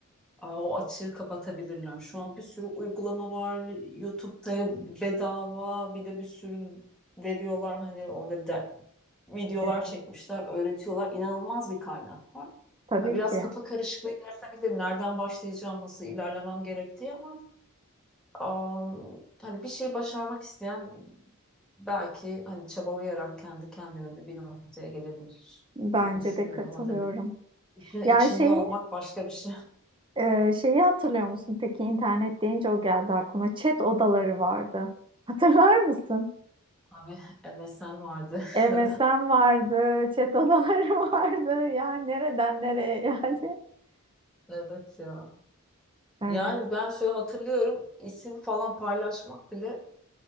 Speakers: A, in the centre; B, on the right.
A: Aa, o açığı kapatabilirler. Şu an bir sürü uygulama var. YouTube'da bedava bir de bir sürü veriyorlar. Hani orada der- videolar
B: Evet,
A: çekmişler, öğretiyorlar. İnanılmaz bir kaynak var.
B: tabii
A: Ha, Biraz
B: ki.
A: kafa karışıklığı yaratabilir. Nereden başlayacağım, nasıl ilerlemem gerektiği ama aa, hani bir şey başarmak isteyen belki hani çabalayarak kendi kendine de bir noktaya gelebilir
B: Bence
A: diye düşünüyorum
B: de katılıyorum.
A: ama tabii işin içinde
B: Yani şeyi
A: olmak başka bir şey.
B: e, şeyi hatırlıyor musun peki internet deyince o geldi aklıma. Chat odaları vardı. <laughs> Hatırlar mısın?
A: <laughs> Tabii MSN vardı.
B: MSN
A: <laughs>
B: vardı, chat odaları <laughs> vardı. Yani nereden nereye yani?
A: Evet ya.
B: Evet.
A: Yani ben şöyle hatırlıyorum isim falan paylaşmak bile